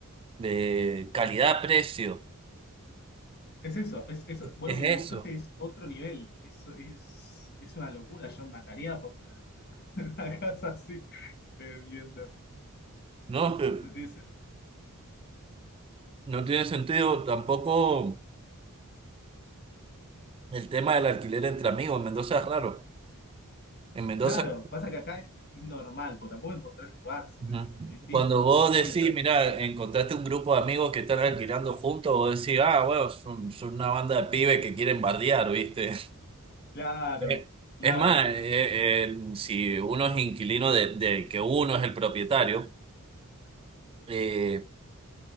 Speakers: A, on the right (about 25°); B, on the left (about 45°).
A: de calidad-precio.
B: es eso, es eso. Vos
A: Es
B: lo que
A: eso.
B: me mostraste es otro nivel. Es, es, es una locura. Yo mataría por estar en una, <laughs> en una casa así, eh, viviendo.
A: No, Eh,
B: No tiene sentido.
A: no tiene sentido tampoco el tema del alquiler entre amigos. En Mendoza es raro. En Mendoza
B: Claro, pasa que acá es, es normal, porque tampoco encontrar lugar, sino
A: Ujú.
B: muy difícil.
A: Cuando vos decís,
B: Y las, hab-
A: mira, encontraste un grupo de amigos que están alquilando juntos, vos decís, ah, bueno, son, son una banda de pibes que quieren bardear, ¿viste?
B: claro,
A: Eh,
B: claro,
A: Es más, eh, eh, si uno es inquilino de, de que uno es el propietario, eh,